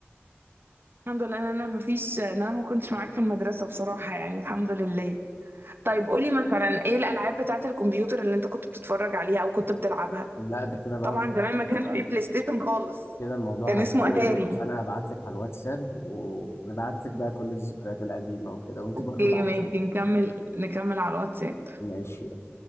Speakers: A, on the right (about 55°); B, on the left (about 75°).
A: الحمد لله ان انا مفيش ان انا ما كنتش معاك في المدرسة بصراحة يعني الحمد لله طيب قولي مثلا ايه الالعاب بتاعة الكمبيوتر اللي انت كنت بتتفرج عليها او كنت بتلعبها
B: لا ده كده بقى
A: طبعا زمان ما كانش فيه بلاي ستيشن خالص
B: كده الموضوع
A: كان
B: هيطول
A: اسمه اتاري
B: فانا هبعت لك على الواتساب ونبعت لك بقى كل الذكريات القديمه وكده وانتي
A: اوكي
B: برضو بعتيلي
A: ماشي نكمل نكمل على الواتساب
B: ماشي